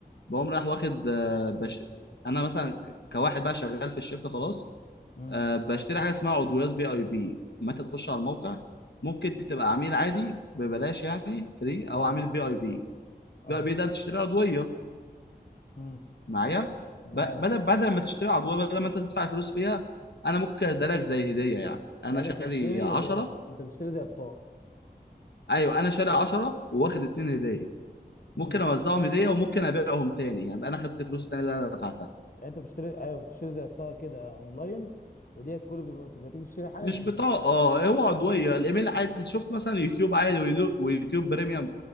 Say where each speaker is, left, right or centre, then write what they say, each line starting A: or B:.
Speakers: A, on the left; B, on the left.
A: بقوم رايح واخد آه، بش... انا مثلا كواحد بقى شغال في الشركه خلاص
B: امم
A: آه، بشتري حاجه اسمها عضويات في اي بي متى تخش على الموقع ممكن تبقى عميل عادي ببلاش يعني فري او
B: حلو
A: عميل في اي بي
B: اه
A: في اي بي ده بتشتري عضويه
B: امم
A: معايا
B: معاك
A: ب- بدل بدل ما تشتري عضويه بدل ما انت تدفع فلوس فيها انا ممكن اديها لك زي هديه يعني انا
B: يعني
A: شاري
B: انت بتشتري
A: 10
B: زي انت بتشتري زي بطاقه
A: ايوه انا شاري 10 واخد اتنين هديه ممكن
B: امم
A: اوزعهم هديه وممكن ابيعهم تاني يعني يبقى انا خدت فلوس تاني اللي انا دفعتها
B: يعني انت بتشتري ايوه بتشتري زي بطاقه كده اونلاين وديت كل بتبقى بتبقى تيجي تشتري حاجه
A: مش
B: تد...
A: بطاقه اه هو عضويه الايميل عادي شفت مثلا يوتيوب عادي ويدو- ويوتيوب بريميوم